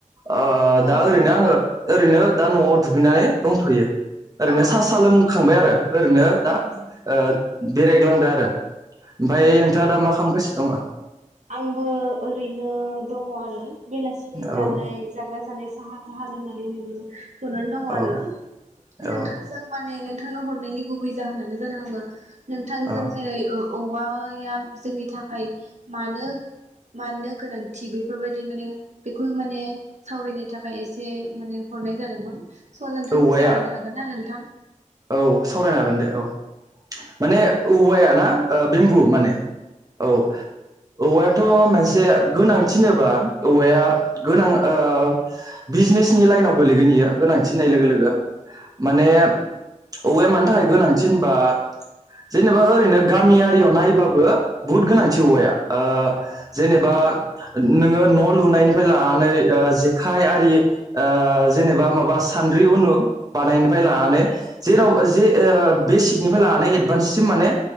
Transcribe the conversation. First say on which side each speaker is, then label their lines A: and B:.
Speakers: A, on the right; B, on the right.
A: ओ
B: औ
A: दा ओरैनो
B: औ
A: आङो ओरैनो दा न'आव दुगैनानै दंथ'यो ओरैनो
B: औ
A: सा
B: औ
A: सा लोंखांबाय आरो ओरैनो दा
B: औ
A: ओ बेरायग्लांदो आरो ओमफ्राय नोंथाङा दा मा खामगासि <unintelligible>
B: आंबो ओरैनो दङ आरो बेलासे जानाय
A: औ
B: जाग्रा जानाय <unintelligible> साहा लोंनानै ओरैनो जनानै दङ
A: औ
B: आरो नोंथांजों
A: औ
B: माने नों थांनो हरनायनि गुबै जाहोनानो जादों आङो नोंथांजों
A: औ
B: जेरै ओ औवाया जोंनि थाखाय मानो -मानो गोनांथि बेफोरबायदि माने बेखौ माने सावरायनो थाखाय एसे माने हरनाय जादोंमोन। स' नोंथांजों
A: औवाया
B: सावरायनो हागोन ना नोंथां?
A: औ सावरायनो हागोन दे औ माने औवाया ना ओ बेमबु माने औ औवा <unintelligible> मोनसे गोनांथि होनोबा औवाया गोनां ओ बिजनेसनि लाइनाव गोल्लैगोन इयो गोनांथि होननाय लोगो- लोगो माने औवाया मानि थाखाय गोनांथि होनोबा जेनेबा ओरैनो गामियारियाव नायोब्लाबो बुहुद गोनांथि औवाया ओ जेनेबा नोङो न' लुनायनि <unintelligible> लानानै ओ जेखाइ आरि ओ जेनेबा माबा सान्द्रि उनु बानायनिफ्राय लानानै जेन' जे ओ बेसिकनिफ्राय लानानै एडभान्ससिम माने